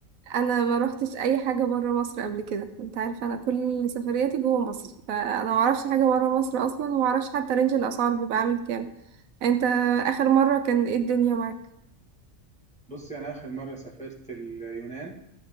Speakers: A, on the right (about 80°); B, in the centre.
A: انا ما روحتش اي حاجه بره مصر قبل كده انت عارفه انا كل سفرياتي جوه مصر فانا ما اعرفش حاجه بره مصر اصلا وما اعرفش حتى رينج الاسعار بيبقى عامل كام انت اخر مره كان ايه الدنيا معاك
B: بصي انا اخر مرة سافرت اليونان